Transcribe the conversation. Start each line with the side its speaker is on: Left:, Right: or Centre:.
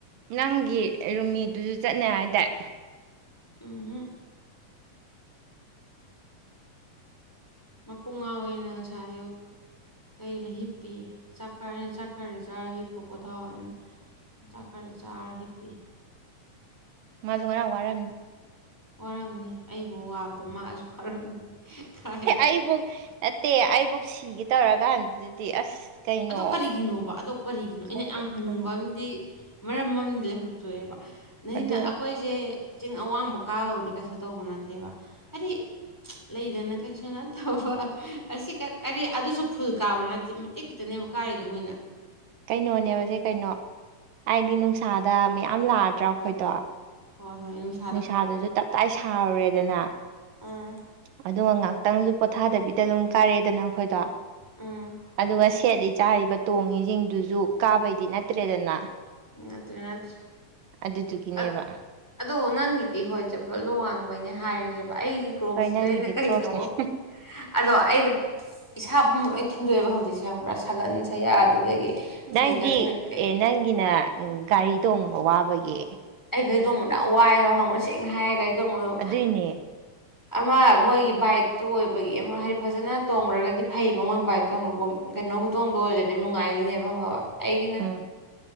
Right: ꯅꯪꯒꯤ ꯔꯨꯝꯃꯤꯗꯨꯁꯨ ꯆꯠꯅꯤ ꯍꯥꯏꯗꯥꯏ
Centre: ꯎꯍꯨꯝ ꯃꯀꯣꯡ ꯉꯥꯎꯋꯦꯅ ꯉꯁꯥꯏ ꯑꯌꯨꯛ ꯑꯩꯔꯥ ꯍꯤꯞꯄꯤꯌꯦ ꯆꯥꯛꯈꯔ ꯆꯥꯛꯈꯔ ꯆꯥꯔꯥꯍꯤꯞꯄꯨ ꯄꯣꯊꯥꯎ ꯍꯥꯏꯅ ꯆꯥꯛ ꯈꯔꯁꯤ ꯆꯥꯔ ꯍꯤꯞꯄꯤ
Right: ꯃꯥꯖꯨ ꯉꯔꯥꯡ ꯋꯥꯔꯝꯅꯤ
Centre: ꯋꯥꯔꯝꯅꯤ ꯑꯩꯕꯨ ꯋꯥꯕꯗ ꯃꯥꯁꯨ ꯋꯥꯔꯝꯅꯤ ꯀꯥꯏꯗꯩ
Right: ꯑꯩꯕꯨꯛ ꯅꯠꯇꯦ ꯑꯩꯕꯨꯛ ꯁꯤꯒꯦ ꯇꯧꯔꯀꯥꯟꯗꯨꯗꯗꯤ ꯑꯁ ꯀꯩꯅꯣ
Centre: ꯑꯗꫭ ꯀꯔꯤꯒꯤꯅꯣꯕ ꯑꯗꫭ ꯀꯔꯤꯒꯤꯅꯣ ꯑꯩꯅ
Right: ꯈꯪꯗꯦ
Centre: ꯌꯥꯝ ꯍꯪꯅꯤꯡꯕ
Right: ꯈꯪꯗꯦ
Centre: ꯑꯃꯥꯗꯤ ꯃꯔꯝ ꯑꯃꯥꯥꯗꯤ ꯂꯩꯐꯝ ꯊꯣꯛꯑꯦꯕ ꯅꯅ
Right: ꯑꯗꯨ
Centre: <unintelligible> ꯑꯩꯈꯣꯏ ꯁꯦ ꯆꯤꯡ ꯑꯋꯥꯡꯕ ꯀꯥꯕꯕꯨꯗꯤ ꯀꯩꯁꯨ ꯇꯧꯕ ꯅꯠꯇꯦꯕ ꯍꯥꯏꯗꯤ ꯂꯩꯗꯅ ꯀꯩꯁꯨ ꯅꯠꯇꯧꯕ ꯑꯁꯤ ꯀꯔꯤ ꯑꯗꯨꯁꯨ ꯐꯨꯜ ꯀꯥꯕ ꯅꯠꯇꯦ ꯃꯇꯤꯛ ꯈꯤꯇꯅꯦꯕ ꯀꯥꯏꯔꯤꯗꯣ ꯑꯩꯈꯣꯏꯅ
Right: ꯀꯩꯅꯣꯅꯦꯕꯁꯦ ꯀꯩꯅꯣ ꯍꯥꯏꯗꯤ ꯅꯨꯡꯁꯥꯗ ꯃꯌꯥꯝ ꯂꯥꯛꯑꯗ꯭ꯔꯥ ꯑꯩꯈꯣꯏꯗꯣ
Centre: ꯍꯣꯏ ꯍꯣꯏ ꯅꯨꯡꯁꯥ
Right: ꯅꯨꯡꯁꯥꯗꯁꯨ ꯇꯞꯇꯥꯏ ꯁꯥꯔꯨꯔꯦꯗꯅ
Centre: ꯎꯝ
Right: ꯑꯗꯨꯒ ꯉꯥꯛꯇꯪꯁꯨ ꯄꯣꯊꯥꯗꯕꯤꯗ ꯑꯗꯨꯝ ꯀꯥꯔꯦꯗꯅ ꯑꯩꯈꯣꯏꯗꯣ
Centre: ꯎꯝ
Right: ꯑꯗꯨꯒ ꯁꯦꯠꯂꯤ ꯆꯥꯔꯤꯕ ꯇꯣꯡꯉꯤꯁꯤꯡꯗꯨꯁꯨ ꯀꯥꯕꯩꯗꯤ ꯅꯠꯇ꯭ꯔꯦꯗꯅꯥ
Centre: ꯅꯠꯇ꯭ꯔꯦ ꯅꯠꯇ꯭ꯔꯦ
Right: ꯑꯗꯨꯗꯨꯒꯤꯅꯦꯕ
Centre: ꯑ- ꯑꯗꯣ ꯅꯪꯒꯤꯗꯤ ꯍꯣꯏ ꯆꯝꯄꯜꯗꫭ ꯋꯥꯡꯕꯩꯅꯦ ꯍꯥꯏꯔꯁꯦꯕ ꯑꯩꯒꯤ ꯀꫭ꯭ꯔꯣꯛꯁꯤꯗ
Right: ꯍꯣꯏ ꯅꯪꯒꯤꯗꯤ
Centre: ꯑꯩꯅ ꯀꯩꯅꯣ
Right: ꯀ꯭ꯔꯣꯛꯁꯅꯦ
Centre: ꯑꯗꯣ ꯑꯩꯒ ꯏꯁꯥ ꯄꯨꯝꯕꯥ ꯂꯣꯏ ꯊꯤꯟꯗꯣꯛꯑꯦꯕ ꯍꯧꯖꯤꯛꯁꯦ ꯈꯪꯕ꯭ꯔꯥ ꯁꯥꯒꯟ ꯁꯌꯥ ꯑꯗꯨꯗꯒꯤ
Right: ꯅꯪꯗꯤ
Centre: ꯐꯩꯒꯟ ꯀꯩꯀꯩ
Right: ꯑꯦ ꯅꯪꯒꯤꯅ ꯒꯥꯔꯤ ꯇꯣꯡꯕ ꯋꯥꯕꯒꯤ
Centre: ꯑꯩ ꯒꯥꫪꯤ ꯇꫭꯡꯕꯁ‌ꯦ ꯌꯥꯝ ꯋꯥꯏꯑꯦꯕ ꯈꯪꯕ꯭ꯔꯥ ꯁꯦꯡꯅ ꯍꯥꯏꫪ ꯒꯔꯤ ꯇꫭꯡꯕꯗꯨ
Right: ꯑꯗꯨꯏꯅꯦ
Centre: ꯑꯃꯥ ꯃꯣꯏꯒꯤ ꯕꯥꯏꯛꯇꯨ ꯑꯣꯏꯕꯒꯤ ꯑꯃꯥ ꯍꯥꯏꯗꯤ ꯐꯖꯅ ꯇꯣꯡꯉꯨꯔꯒꯗꯤ ꯐꯩꯌꯦꯕ ꯃꯣꯏ ꯕꯥꯏꯠꯇꯣ ꯑꯃꯨꯛꯀꯨꯝ ꯀꯩꯅꯣ ꯈꯨꯇꯣꯡꯗꯣ ꯑꯣꯏꯔꯗꯤ ꯅꯨꯡꯉꯥꯏꯗꯣꯏꯅꯦꯕ ꯈꯪꯉꯕ ꯑꯩꯒꯤꯅ
Right: ꯎꯝ